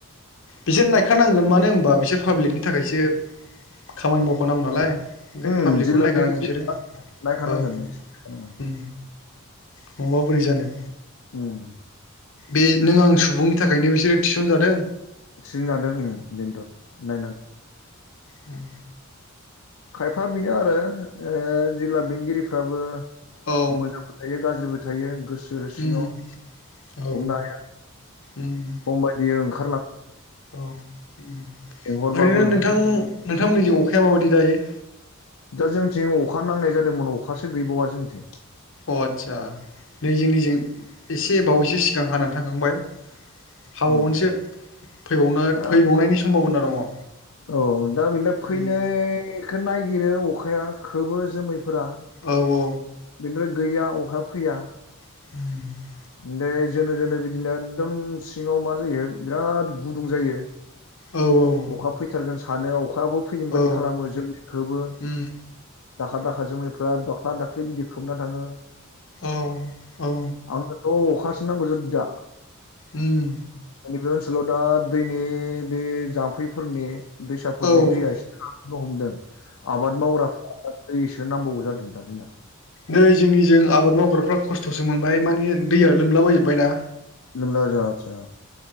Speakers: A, on the left; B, on the left.
A: बिजोरनाय खारनांगोन मानो होनबा बिसोर पाब्लिकनि थाखायसो खामानि मावखानांगौ नालाय। जों
B: उम
A: पाब्लिकखौनो
B: जिल्ला
A: नायखानांगोन
B: बेंगिरि
A: बिसोरो
B: नायखानांगोन
A: औ
B: बिसोर नायखानांगोन
A: उम। नंङाबा बोरै जानो।
B: उम
A: बे नों आं सुबुंनि थाखायनो बिसोरो थिसनजादों।
B: थिसनजादोंनो बेनोथ' नायनां।
A: उम।
B: खायफा बिनो आरो ओ जिल्ला बेंगिरिफ्राबो।
A: उम औ
B: मोजांबो थायो गाज्रिबो थायो गोस गोरो सिङाव
A: उम औ
B: हमनो हाया
A: उम
B: खमबायदि ओंखा
A: औ उम
B: लेंहरबाबो
A: ओरैनो नोंथां नोंथांनिजो अखाया माबायदि दायो?
B: दा जोंथिं अखा नांनाय जादोंमोन अखासो गैबावा जोंथिं।
A: अ आदसा नै जोंनिजो एसे बावैसो सिखा हानानै थांखांबाय। हाबागनसो
B: उम
A: फैबावनो
B: दा
A: फैबावनायनि समभबना दङ।
B: औ दा बेनदो
A: उम
B: फैनायखौ नायागिरो अखाया। खोबो जोमैफोरा
A: औ औ
B: बेनद्राय गैया अखा फैया।
A: <inaudible>
B: बे जोनो जोनो बिदिनो एदम सिङाव मा जायो बिराद गुदुं जायो।
A: औ औ
B: अखा फैथारगोन सानो अखा। आबाव फैगोन
A: औ
B: बायदि खालामो जों खोबो।
A: उम
B: दाखार दाखार जोमैफ्रा दाख्ला दाख्लि बिदि खोबना थाङो।
A: औ औ।
B: बेफोरखौ अखासो नांगौ जोदोंदा।
A: उम।
B: नैबे ओनसोलाव दा दैनि बे जाम्फैफोरनि दैसाफोरनि
A: औ उम
B: दैया एसे रान फोहमदों आबाद मावग्राफ्रा दैसो नांबावगो जादों दा जोंना।
A: नै जोंनिजों आबाद मावग्राफ्रा खस्थसो मोनबाय माने दैया लोमलाबायजोबबायना।
B: लोमला जा आदसा।